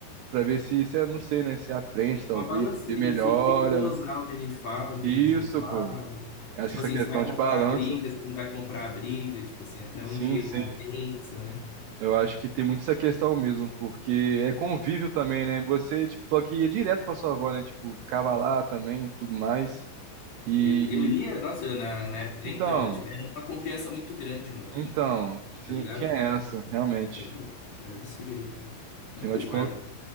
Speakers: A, on the right; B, on the left.
A: pra ver se, se, é, não sei, né? Se aprende, talvez,
B: Uma balancinha,
A: se melhora.
B: a gente sempre tem que dosar o que a gente fala, o que
A: Isso,
B: a gente não fala.
A: pô. Acho
B: Tipo
A: que
B: assim,
A: essa questão
B: você vai comprar
A: de balanço,
B: a briga, você não vai comprar a briga, tipo assim, até
A: sim,
B: onde
A: sim.
B: compensa, né?
A: Eu acho que tem muito essa questão mesmo, porque é convívio também, né? Você, tipo, falou que ia direto pra sua avó, né? Tipo, ficava lá também, e tudo mais. E
B: Eu, eu lia, nossa, eu na, na época. é,
A: então,
B: Então, tipo, era uma confiança muito grande, mano.
A: então,
B: Tá
A: sim,
B: ligado?
A: tinha essa, realmente.
B: Era isso. Era desse jeito. Mas
A: Esse negócio
B: faz
A: de,
B: parte.
A: con-